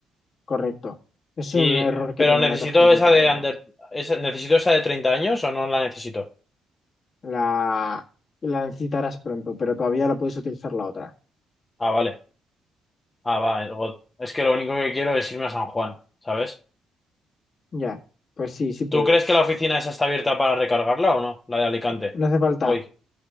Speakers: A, on the left; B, on the left.
A: Correcto. Es
B: Y...
A: un error que
B: Pero
A: tiene
B: necesito
A: la tarjetita
B: esa de
A: o algo.
B: under... esa- ¿Necesito esa de 30 años o no la necesito?
A: La, la necesitarás pronto, pero todavía la puedes utilizar la otra.
B: Ah, vale. Ah, va, God. Es que lo único que quiero es irme a San Juan, ¿sabes?
A: Ya, pues sí, sí puedes.
B: ¿Tú crees que la oficina esa está abierta para recargarla o no? La de Alicante.
A: No hace falta.
B: Hoy.